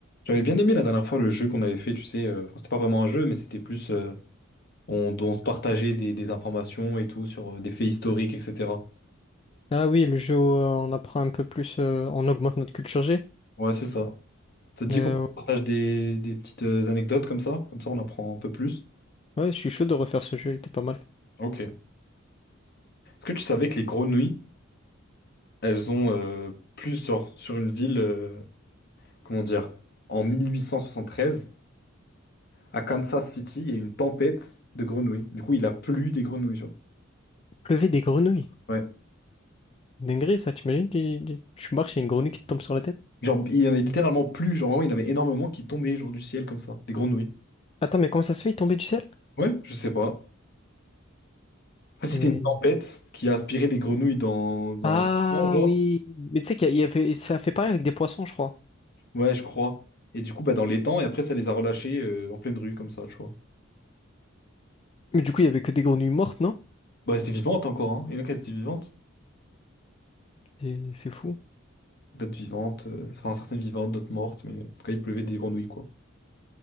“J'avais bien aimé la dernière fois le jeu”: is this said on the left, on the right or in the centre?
Left